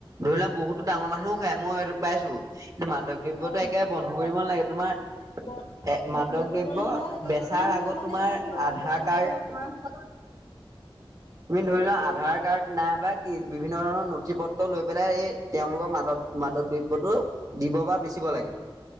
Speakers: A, on the right; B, on the left.
A: ধৰি লও বহুতো ডাঙৰ মানুহ মই সেইটো পাইছো, কি মাদক দ্ৰব্যতো
B: হয়
A: একেবাৰে বন্ধ কৰিব নালাগে, তোমাৰ
B: ব
A: এ মাদক
B: বন্ধ কৰিব
A: দ্ৰব্য,
B: নালাগে
A: বেচাৰ
B: কিন্তু
A: আগত
B: মানে
A: তোমাৰ
B: সেইটো সেৱন
A: আধাৰ
B: কৰা সকলক
A: কাৰ্ড
B: অকমান
A: তুমি ধৰি লোৱা
B: কি কৈছা
A: আধাৰ কাৰ্ড নাইবা বিভিন্ন ধৰণৰ নথি পত্ৰ লৈ পেলাই এই তেওঁলোকৰ মাদক মাদক দ্ৰব্যটো দিব বা বেচিব লাগে।